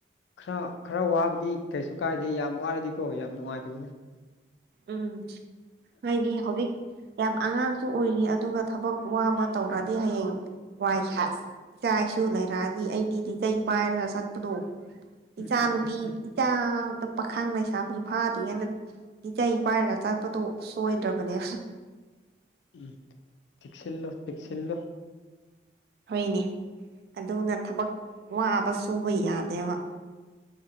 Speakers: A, on the left (about 80°); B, on the right (about 60°).
A: ꯈꯔ ꯈꯔ ꯋꯥꯕꯗꯤ ꯀꯩꯁꯨ ꯀꯥꯏꯗꯦ ꯌꯥꯝ ꯋꯥꯔꯗꯤꯀꯣ ꯌꯥꯝ ꯅꯨꯡꯉꯥꯏꯇꯕꯅꯤ
B: ꯎꯝ ꯍꯥꯏꯗꯤ ꯍꯧꯖꯤꯛ ꯌꯥꯝ ꯑꯉꯥꯡꯁꯨ ꯑꯣꯏꯔꯤ ꯑꯗꯨꯒ ꯊꯕꯛ ꯋꯥꯕ ꯇꯧꯔꯗꯤ ꯍꯌꯦꯡ ꯋꯥꯏꯁ ꯏꯆꯥ ꯏꯁꯨ ꯂꯩꯔꯛꯑꯗꯤ ꯑꯩꯒꯤꯗꯤꯆ ꯄꯥꯏꯔꯒ ꯆꯠꯄꯗꯣ
A: ꯎꯝ
B: ꯏꯆꯥ
A: ꯎꯝ
B: ꯅꯨꯨꯄꯤ
A: ꯎꯝ ꯎꯝ
B: ꯏꯆꯥꯗ ꯄꯥꯈꯥꯡ ꯂꯩꯁꯥꯕꯤ ꯐꯥꯗ꯭ꯔꯤꯉꯩꯅ ꯏꯆ ꯄꯥꯏꯔꯒ ꯆꯠꯄꯗꯣ ꯁꯣꯏꯗ꯭ꯔꯕꯅꯦ
A: ꯎꯝ ꯆꯁꯤꯜꯂꯣ ꯇꯛꯁꯤꯟꯂꯣ
B: ꯍꯣꯏꯅꯦ ꯑꯗꯨꯅ ꯊꯕꯛ ꯋꯥꯕ ꯁꯨꯕ ꯌꯥꯗꯦꯕ